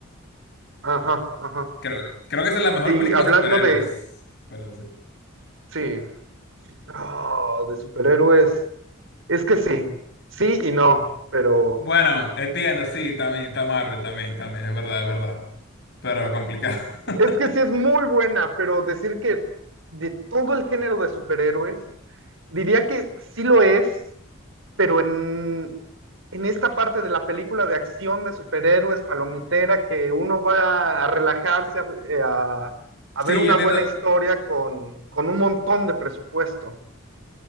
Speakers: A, on the right; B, on the left.
A: Ajá, ajá.
B: Creo, creo que esa es la mejor
A: Y
B: película
A: hablando
B: de superhéroes.
A: de,
B: Pero sí.
A: sí, ah, de superhéroes, es que sí, sí y no, pero
B: Bueno, entiendo, sí, también, está Marvel, también, también, es verdad, es verdad. Pero complicado. <laughs>
A: es que sí es muy buena, pero decir que de todo el género de superhéroes, diría que sí lo es, pero en, en esta parte de la película de acción de superhéroes, palomitera, que uno va a relajarse, a, eh, a- a
B: Sí,
A: ver una
B: yo entiendo,
A: buena historia con, con un montón de presupuesto.